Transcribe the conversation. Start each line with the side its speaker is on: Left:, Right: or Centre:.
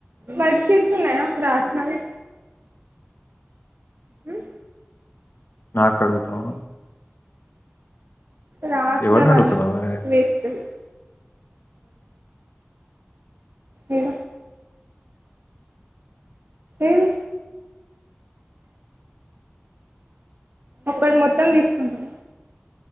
Right: వర్క్ షీట్స్ ఉన్నాయా రాసినవి ఉమ్
Left: నాక్ అడుగతావ్
Right: రాసినవన్
Left: ఎవరిని అడుగుతున్నావే
Right: వేస్ట్ వి ఏడ ఏది ఒక్క మొత్తం తీసుకుంటున